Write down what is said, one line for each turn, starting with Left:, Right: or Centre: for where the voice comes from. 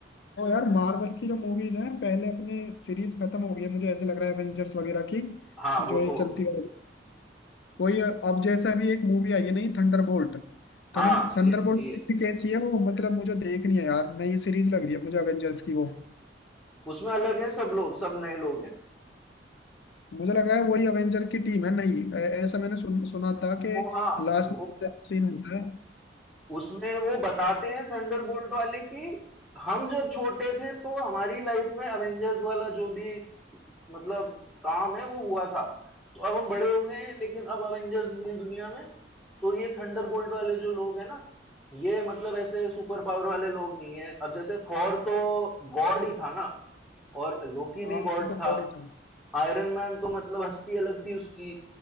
Left: तो यार मार्वल की जो मूवीज हैं पहले अपनी सीरीज खत्म हो गई है मुझे ऐसे लग रहा है एवेंजर्स वगैरह की
Centre: हाँ
Left: जो
Centre: वो
Left: ये
Centre: तो हो
Left: चलती
Centre: गई
Left: है कोई अब जैसा भी एक मूवी आई है नहीं थंडरबोल्ट
Centre: हाँ
Left: थंडर थंडरबोल्ट
Centre: ये ये
Left: कैसी है वो मतलब मुझे देखनी है यार नई सीरीज लग रही है मुझे एवेंजर्स की वो
Centre: उसमें अलग है सब लोग सब नए लोग हैं
Left: मुझे लगा है वही अवेंजर की टीम है नहीं ऐ- ऐसा मैंने सुन, सुना था
Centre: वो
Left: कि
Centre: हाँ
Left: लास्ट
Centre: वो
Left: में सीन होता है
Centre: उसमें वो बताते हैं थंडरबोल्ट वाले कि हम जब छोटे थे तो हमारी लाइफ में अवेंजर्स वाला जो भी मतलब काम है वो हुआ था तो अब हम बड़े हो गए हैं लेकिन अब अवेंजर्स नहीं है दुनिया में तो ये थंडरबोल्ट वाले जो लोग हैं ना ये मतलब ऐसे सुपर पावर वाले लोग नहीं है अब जैसे थॉर तो गॉड ही था ना और लोकी
Left: हाँ
Centre: भी गॉड
Left: वो तो
Centre: था
Left: गॉड ही था
Centre: आयरन मैन तो मतलब हस्ती अलग थी उसकी